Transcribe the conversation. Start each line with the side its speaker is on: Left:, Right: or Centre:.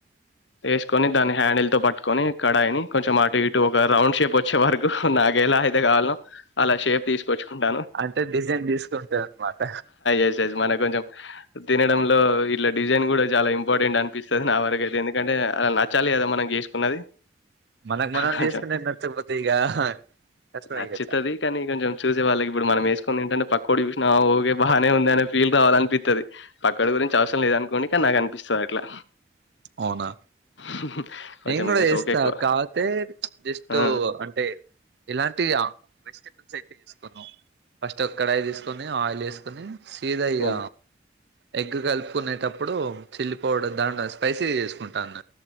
Left: వసుకొని దాని హ్యాండిల్ తో పట్టుకొని కడాయిని కొంచెం అటు ఇటు ఒక రౌండ్ షేప్ వచ్చే వరకు నాకు ఎలా అయితే కావో అలా షేప్ తీసుకొచ్చుకుంట
Right: అంటే డిజైన్ తీసుకుంటంది అన్నమాట
Left: ఎస్ ఎస్ మనకు కొంచెం తినడంలో ఇట్లా డిజైన్ కూడా చాలా ఇంపార్టెంట్ అనిపిస్తుంది నా వరకు అయితే ఎందుకంటే అలా నచ్చ న చాలి కదా మనం చేసుకున్నది
Right: మనకు మనం
Left: కొంచెం
Right: చేసుకునేది నచ్చకపోతే ఇక కష్టమే
Left: నచ్చుతుది
Right: ఇక చాలా
Left: కానీ కొంచం చూసే వాళ్ళకి ఇప్పుడు మనం వ అంటే పక్క చూసినా ఓకే బాగానే ఉంది అని ఫీల్ రావాలి కావాలనిపి ది పక్కడు గురించి అవసం లేదానికి కొనిక నాకు అనిపిస్తుంది అట్లా
Right: అవునా
Left: <unintelligible>
Right: నేను కూడా చేస్తా
Left: సోక్ ఎక్కువ.
Right: కాకపోతే జస్ట్
Left: ఆ!
Right: అంటే ఇలాంటి వెజిటబుల్స్ అయితే వేసుకున్నాం ఫస్ట్ ఒక కడాయి తీసుకొని ఆయిల్ వేసుకొని సీదా ఇగ
Left: ఓహ్!
Right: ఎగ్ కలుపుకునేటప్పుడు చిల్లీ పౌడర్ దాంట్లో స్పైసీ చేసుకుంటానును